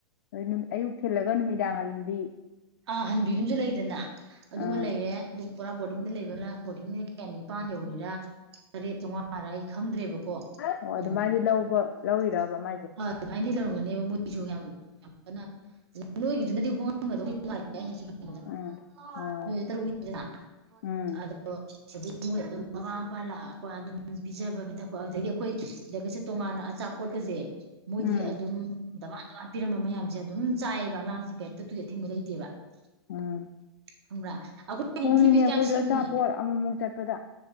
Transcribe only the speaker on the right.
ꯑ ꯍꯟꯕꯤꯗꯨꯝꯁꯨ ꯂꯩꯗꯅ ꯑꯗꯨꯃ
ꯂꯩꯔꯦ <unintelligible> ꯄꯨꯔꯥ ꯕꯣꯔꯗꯤꯡꯗ ꯂꯩꯕꯅ ꯕꯣꯔꯗꯤꯡꯅ ꯀꯌꯥ ꯅꯤꯄꯥꯟ ꯌꯧꯔꯤꯔꯥ ꯇꯔꯦꯠ ꯆꯝ <unintelligible> ꯔ ꯑꯩ ꯈꯪꯗ꯭ꯔꯦꯕꯀꯣ
ꯎꯝ
<unintelligible>
ꯑꯗꯨꯃꯥꯏꯅꯗꯤ ꯂꯧꯔꯝꯒꯅꯦꯕ ꯃꯣꯏꯒꯤꯁꯨ ꯌꯥꯝ ꯌꯥꯝ ꯀꯟꯅ ꯅꯣꯏꯒꯤꯗꯨꯅꯗꯤ ꯍꯣꯡꯉꯝꯒꯗꯧ <unintelligible> <unintelligible>
ꯇꯔꯨꯛꯅꯤ <unintelligible>
ꯃꯣꯏ ꯑꯗꯨꯝ ꯃꯃꯥ ꯃꯄꯥ ꯂꯥꯛꯑꯄ ꯑꯗꯨꯝ ꯄꯤꯖꯕ ꯕꯤꯊꯛꯄ <unintelligible> ꯑꯈꯣꯏ <unintelligible> ꯗꯒꯤꯁꯨ ꯇꯣꯉꯥꯟꯅ ꯑꯆꯥꯄꯣꯠꯀꯁꯦ ꯃꯣꯏꯗꯤ
ꯑꯗꯨꯝ ꯗꯃꯥ ꯗꯃꯥ ꯄꯤꯔꯝꯕ ꯃꯌꯥꯝꯖꯦ ꯑꯗꯨꯝ ꯆꯥꯏꯌꯦꯕꯥ ꯑꯉꯥꯡꯁꯤ <unintelligible> ꯑꯊꯤꯡꯕ ꯂꯩ ꯇꯦꯕꯥ <unintelligible>
ꯕ꯭ꯔꯥ ꯑꯈꯣꯏ
ꯅꯤꯡꯊꯤ <unintelligible>
ꯀꯌꯥꯝ ꯁꯤꯡꯉꯤ